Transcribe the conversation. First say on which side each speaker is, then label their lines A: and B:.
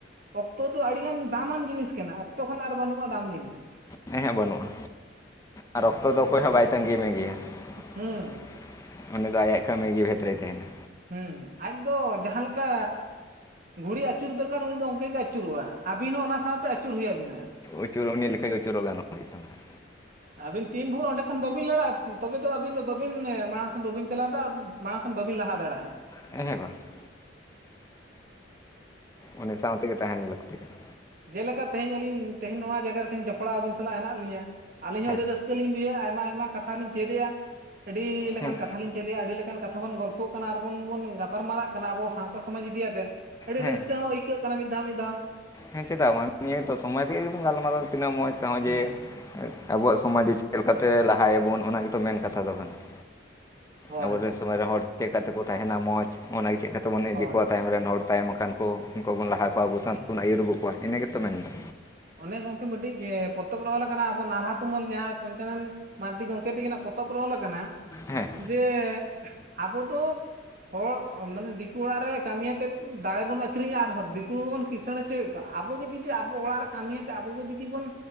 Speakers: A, on the right; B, on the left.
A: ᱚᱠᱛᱚ ᱫᱚ ᱟᱹᱰᱤ ᱜᱟᱱ ᱫᱟᱢᱟᱱ ᱡᱤᱱᱤᱥ ᱠᱟᱱᱟ ᱚᱠᱛᱚ ᱠᱷᱚᱱ ᱟᱨ ᱵᱟᱹᱱᱩᱜ-ᱟ ᱫᱟᱢ ᱡᱤᱱᱤᱥ ᱾
B: ᱦᱮᱸ ᱦᱮᱸ ᱵᱟᱹᱱᱩᱜ-ᱟ ᱟᱨ ᱚᱠᱛᱚ ᱫᱚ ᱚᱠᱚᱭ ᱦᱚᱸ ᱵᱟᱭ ᱛᱟᱺᱜᱤ ᱢᱮᱜᱮᱭᱟ
A: ᱦᱩᱸ
B: ᱾ ᱩᱱᱤ ᱫᱚ ᱟᱭᱟᱜ ᱠᱟᱹᱢᱤ ᱜᱮ ᱵᱷᱮᱛᱨᱮᱭ ᱛᱟᱦᱮᱱᱟ
A: ᱦᱩᱸ ᱟᱡ ᱫᱚ ᱡᱟᱦᱟᱸᱮ ᱞᱮᱠᱟ ᱜᱷᱩᱲᱤ ᱟᱹᱪᱩᱨ ᱫᱚᱨᱠᱟᱨ ᱩᱱᱤ ᱫᱚ ᱚᱱᱠᱟ ᱜᱮ ᱟᱹᱪᱩᱨᱚᱜ-ᱟ ᱟᱹᱵᱤᱱ ᱦᱚᱸ ᱚᱱᱟ ᱥᱟᱶᱛᱮ ᱟᱹᱪᱩᱨ ᱦᱩᱭ ᱟᱹᱵᱤᱱᱟ ᱾
B: ᱟᱹᱪᱩᱨᱚᱜ ᱩᱱᱤ ᱞᱮᱠᱟ ᱜᱮ ᱟᱹᱪᱩᱨᱚᱜ ᱜᱟᱱᱚᱜ ᱜᱮ <unintelligible>
A: ᱟᱹᱵᱤᱱ ᱛᱤᱱ ᱵᱷᱩᱨ ᱚᱸᱰᱮ ᱠᱷᱚᱱ ᱵᱟᱹᱵᱤᱱ ᱞᱟᱲᱟᱜ-ᱟ ᱛᱚᱵᱮ ᱫᱚ ᱟᱹᱵᱤᱱ ᱫᱚ ᱢᱟᱲᱟᱝ ᱥᱮᱫ ᱵᱟᱹᱵᱤᱱ ᱪᱟᱞᱟᱣ ᱮᱫᱟ ᱢᱟᱲᱟᱝ ᱥᱮᱱ ᱵᱟᱹᱵᱤᱱ ᱞᱟᱦᱟ ᱫᱟᱲᱮᱜ-ᱟ ᱾
B: <unintelligible> ᱩᱱᱤ ᱥᱟᱶᱛᱮ ᱜᱮ ᱛᱟᱦᱮᱱ ᱞᱟᱹᱠᱛᱤ ᱠᱟᱱᱟ
A: ᱡᱮᱞᱮᱠᱟ ᱛᱮᱦᱮᱧ ᱟᱹᱞᱤᱧ ᱛᱮᱦᱮᱧ ᱱᱚᱣᱟ ᱡᱟᱭᱜᱟ ᱨᱮ ᱛᱮᱦᱮᱧ ᱡᱚᱯᱲᱟᱣ ᱟᱹᱵᱤᱱ ᱥᱟᱞᱟᱜ ᱦᱮᱱᱟᱜ ᱞᱤᱧᱟᱹ ᱾ ᱟᱹᱞᱤᱧ ᱦᱚᱸ
B: ᱦᱮᱸ
A: ᱟᱹᱰᱤ ᱨᱟᱹᱥᱠᱟᱹ ᱞᱤᱧ ᱵᱩᱡᱷᱟᱹᱣᱮᱜ-ᱟ ᱟᱭᱢᱟ ᱟᱭᱢᱟ ᱠᱟᱛᱷᱟ ᱞᱤᱧ ᱪᱮᱫᱮᱜ-ᱟ ᱟᱹᱰᱤ ᱞᱮᱠᱟᱱ
B: ᱦᱮᱸ
A: ᱠᱟᱛᱷᱟ ᱠᱟᱛᱷᱟ ᱞᱤᱧ ᱪᱮᱫᱮᱜ-ᱟ ᱟᱹᱰᱤ ᱞᱮᱠᱟᱱ ᱠᱟᱛᱷᱟ ᱵᱚᱱ ᱜᱚᱞᱯᱷᱚ ᱠᱟᱱᱟ ᱟᱨ ᱵᱚᱱ ᱜᱟᱯᱟᱞᱢᱟᱨᱟᱜ ᱠᱟᱱᱟ ᱟᱵᱚ ᱥᱟᱶᱛᱟ ᱥᱚᱢᱟᱡᱽ ᱤᱫᱤ ᱭᱟᱛᱮᱱ ᱟᱹᱰᱤ
B: ᱦᱮᱸ
A: ᱨᱟᱹᱥᱠᱟᱹ ᱦᱚᱸ ᱟᱹᱭᱠᱟᱹᱜ ᱠᱟᱱᱟ ᱢᱤᱫ ᱫᱷᱟᱣ ᱢᱤᱫ ᱫᱷᱟᱣ ᱾
B: ᱦᱮᱸ ᱪᱮᱫᱟᱜ ᱵᱟᱝ ᱱᱤᱭᱟᱹ ᱛᱚ ᱥᱚᱢᱚᱭ ᱵᱚᱱ ᱜᱟᱞᱢᱟᱨᱟᱣ ᱛᱤᱱᱟᱹᱜ ᱢᱚᱸᱡᱽ ᱛᱮᱦᱚᱸ
A: ᱦᱮᱸ
B: ᱡᱮ ᱟᱵᱚᱣᱟᱜ ᱥᱚᱢᱟᱡᱽ ᱫᱚ ᱪᱮᱫ ᱞᱮᱠᱟᱛᱮ ᱞᱟᱦᱟ ᱭᱟᱵᱚᱱ ᱚᱱᱟ ᱜᱮᱛᱚ ᱢᱮᱱ ᱠᱟᱛᱷᱟ ᱫᱚ ᱠᱟᱱᱟ ᱾
A: ᱦᱳᱭ
B: ᱟᱵᱚ ᱨᱮᱱ ᱥᱚᱢᱟᱡᱽ ᱨᱮᱱ ᱦᱚᱲ ᱪᱮᱫᱠᱟ ᱛᱮᱠᱚ ᱛᱟᱦᱮᱱᱟ ᱢᱚᱸᱡᱽ ᱚᱱᱟᱜ ᱪᱮᱠᱟ ᱛᱮᱵᱚᱱ
A: ᱦᱳᱭ
B: ᱤᱫᱤ ᱠᱚᱣᱟ ᱛᱟᱭᱚᱢ ᱨᱮᱱ ᱦᱚᱲ ᱾ ᱛᱟᱭᱚᱢ ᱟᱠᱟᱱ ᱠᱚ ᱩᱱᱠᱩ ᱵᱚᱱ ᱞᱟᱦᱟ ᱠᱚᱣᱟ ᱟᱵᱚ ᱥᱟᱶᱛᱮ
A: ᱦᱮᱸ
B: ᱵᱚᱱ ᱟᱹᱭᱩᱨ ᱟᱹᱜᱩ ᱠᱚᱣᱟ ᱤᱱᱟᱹ ᱜᱮᱛᱚ ᱢᱮᱱ ᱫᱚ
A: ᱚᱱᱮ ᱜᱚᱝᱠᱮ ᱢᱤᱫᱴᱤᱡ ᱜᱮ ᱯᱚᱛᱚᱵ ᱨᱮ ᱚᱞ ᱟᱠᱟᱱᱟ, ᱟᱵᱚ ᱱᱟᱞᱦᱟ ᱛᱩᱢᱟᱹᱞ ᱡᱟᱦᱟᱸᱭ ᱯᱚᱧᱪᱟᱱᱚᱱ ᱢᱟᱨᱰᱤ ᱜᱚᱢᱠᱮ ᱛᱟᱹᱠᱤᱱᱟᱜ ᱯᱚᱛᱚᱵ ᱨᱮ ᱚᱞ ᱟᱠᱟᱱᱟ
B: ᱦᱮᱸ
A: ᱡᱮ ᱟᱵᱚ ᱫᱚ ᱦᱚᱲ ᱢᱟᱱᱮ ᱫᱤᱠᱩ ᱚᱲᱟᱜ ᱨᱮ ᱠᱟᱹᱢᱤ ᱭᱟᱛᱮᱫ ᱫᱟᱲᱮ ᱵᱚᱱ ᱟᱹᱠᱷᱨᱤᱧᱟ ᱟᱨ ᱫᱤᱠᱩ ᱵᱚᱱ ᱠᱤᱥᱟᱹᱬ ᱦᱚᱪᱚᱭᱮᱫ ᱠᱚᱣᱟ ᱟᱵᱚ ᱜᱮ ᱡᱩᱫᱤ ᱟᱵᱚ ᱚᱲᱟᱜ ᱨᱮ ᱠᱟᱹᱢᱤ ᱭᱟᱛᱮ ᱟᱵᱚ ᱜᱮ ᱡᱩᱫᱤ ᱵᱚᱱ